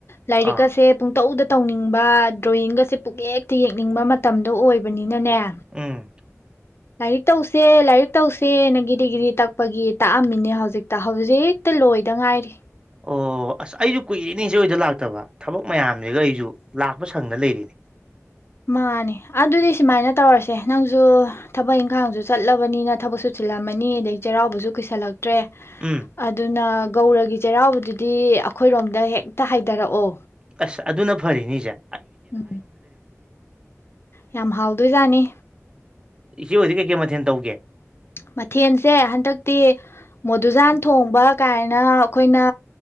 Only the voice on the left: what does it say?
ꯂꯥꯏꯔꯤꯛ
ꯑꯁꯦ ꯄꯨꯡ ꯇꯗ ꯇꯧꯅꯤꯡꯕ ꯗ꯭ꯔꯣꯌꯋꯤꯡꯒꯁꯦ ꯄꯨꯛꯂꯦꯛꯇ ꯌꯦꯛꯅꯤꯡꯕ ꯃꯇꯝꯗꯣ ꯑꯣꯏꯕꯅꯤꯅꯅꯦ <unintelligible>
ꯂꯥꯏꯔꯤꯛ ꯇꯧꯁꯦ ꯂꯥꯏꯔꯤꯛ ꯇꯧꯁꯦꯅꯒꯤ ꯗꯤꯒ꯭ꯔꯤ ꯇꯛꯄꯒꯤ ꯇꯥꯛꯑꯝꯃꯤꯅꯦ ꯍꯧꯖꯤꯛꯇ ꯍꯧꯖꯤꯛꯇ ꯂꯣꯏꯗ ꯉꯥꯏꯔꯤ
ꯃꯥꯅꯦ ꯑꯗꯨꯗꯤ ꯁꯨꯃꯥꯏꯅ ꯇꯧꯔꯁꯦ ꯅꯪꯁꯨ ꯊꯕꯛ ꯏꯪꯈꯥꯡꯁꯨ ꯆꯠꯂꯕꯅꯤꯅ ꯊꯕꯛꯁꯨ ꯊꯤꯜꯂꯝꯃꯅꯤ ꯑꯗꯩ ꯆꯩꯔꯥꯎꯕꯁꯨ ꯀꯨꯏꯁꯜꯂꯛ ꯇ꯭ꯔꯦ
ꯑꯗꯨꯅ ꯒꯧꯔꯒꯤ ꯆꯩꯔꯥꯎꯕꯗꯨꯗꯤ ꯑꯩꯈꯣꯏꯔꯣꯝꯗ ꯍꯦꯛꯇ ꯍꯥꯏꯊꯔꯛꯑꯣ
ꯎꯝ ꯌꯥꯝ ꯍꯥꯎꯗꯣꯏꯖꯥꯅꯤ
ꯃꯊꯦꯜꯁꯦ ꯍꯟꯗꯛꯇꯤ ꯃꯣꯗꯨꯖꯥꯟ ꯊꯣꯡꯕ ꯀꯥꯏꯅ ꯑꯩꯈꯣꯏꯅ